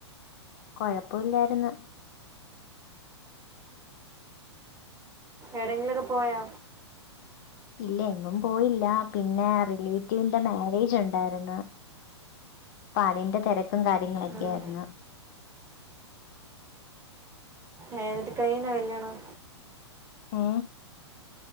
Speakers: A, on the left; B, on the right.
A: കൊഴപ്പില്ലായിരുന്നു.
B: ഏടെങ്കിലൊക്കെ പോയാ?
A: ഇല്ല എങ്ങും പോയില്ല. പിന്നെ റിലേറ്റീവിന്റെ മാരേജുണ്ടായിരുന്നു. പ്പതിന്റെ തെരക് ക്കും കാര്യങ്ങളൊക്കെ
B: ഉം.
A: ആയിര്ന്ന്.
B: ഏ ന്നിട്ട് കൈഞ്ഞോ കല്യാണം
A: മ്